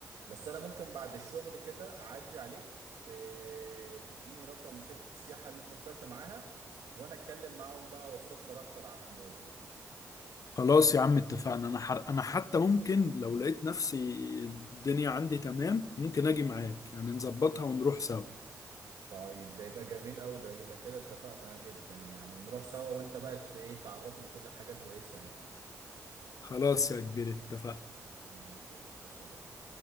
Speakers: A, on the right; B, on the left.
A: بس انا ممكن بعد الشغل كده اعدي عليك ت- تديني رقم شركه السياحه اللي انت طلعت معاها وانا اتكلم معاهم بقى واستفسر اكتر عن الموضوع
B: خلاص يا عم اتفقنا انا حر... انا حتى ممكن لو لقيت نفسي الدنيا عندي تمام ممكن اجي معاك يعني نظبطها ونروح سوا
A: طيب ده يبقى جميل قوي ده يبقى كده اتفقنا جدا يعني ونروح سوا وانت بقى ت- ايه تعرفني كل حاجه كويسه هناك
B: خلاص يا كبير اتفقنا
A: ماشي يا باشا سلام